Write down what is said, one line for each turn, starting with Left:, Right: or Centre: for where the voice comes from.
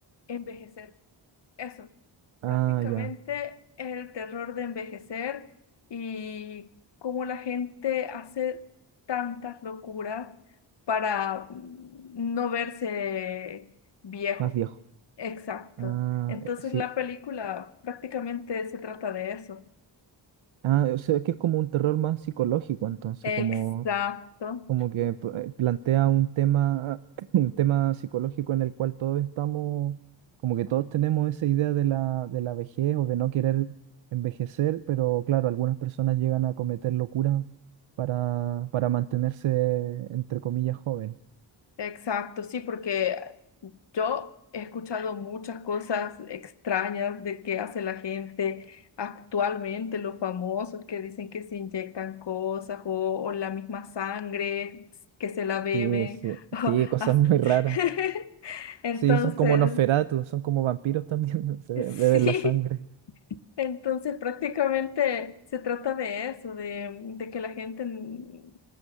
Left: envejecer. Eso,
Right: Ah,
Left: prácticamente
Right: ya,
Left: es el terror de envejecer y cómo la gente hace tantas locuras para mm, no verse viejo.
Right: más viejo.
Left: Exacto.
Right: Ah,
Left: Entonces
Right: eh, sí.
Left: la película prácticamente se trata de eso.
Right: Ah, o sea, que es como un terror más psicológico, entonces,
Left: Exacto.
Right: como, como que pl- eh, plantea un tema, <clears throat> un tema psicológico en el cual todos estamos, como que todos tenemos esa idea de la, de la vejez o de no querer envejecer, pero claro, algunas personas llegan a cometer locuras para, para mantenerse, entre comillas, jóvenes.
Left: Exacto, sí, porque yo he escuchado muchas cosas extrañas de qué hace la gente actualmente, los famosos que dicen que se inyectan cosas o, o la misma sangre que se la beben.
Right: Sí, sí,
Left: <laughs> o
Right: sí, cosas
Left: as-
Right: muy raras.
Left: <laughs> Entonces,
Right: Sí, son como Nosferatu, son como vampiros también, <laughs> se be-
Left: sí,
Right: beben la sangre.
Left: entonces prácticamente se trata de eso, de, de que la gente, mm,